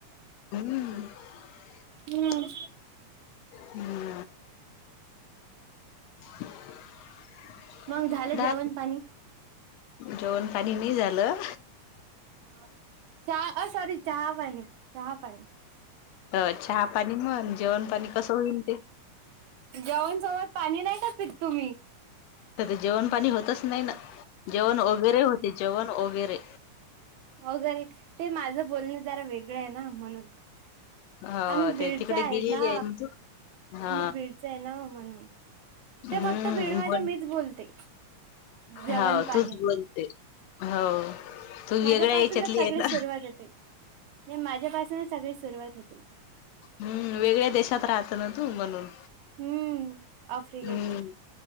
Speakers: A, on the left; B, on the right.
A: <inaudible>
B: हम्म
A: <inaudible>
B: मग झालं
A: दा
B: जेवण पाणी?
A: जेवण पाणी नाही झालं.
B: <unintelligible> अ सॉरी चहा पाणी चहा पाणी
A: अ चहा पाणी मण जेवण पाणी कसं होईल ते.
B: जेवणसोबत पाणी नाही का पीत तुम्ही?
A: तर ते जेवण पाणी होतच नाही ना जेवण वगैरे होते जेवण वगैरे.
B: वगैरे ते माझं बोलणं जरा वेगळं आहे ना म्हणून.
A: ह
B: आम्ही
A: ते
B: बीडचे
A: तिकडे
B: आहेत
A: गेलेली
B: ना,
A: आहे हा
B: आम्ही बीडचे आहे ना म्हणून.
A: हम्म
B: ते फक्त भीडमध्ये
A: बोल
B: मीच बोलते जेवण
A: हो
B: पाणी.
A: तूच बोलते. हो तू
B: माझ्यापासूनच
A: वेगळ्या याच्यातली
B: सगळी
A: आहे ना
B: सुरुवात होते न, माझ्यापासूनच सगळी सुरुवात होते.
A: हम्म वेगळ्या देशात राहतं ना तू म्हणून.
B: हम्म आफ्रिकेत.
A: हम्म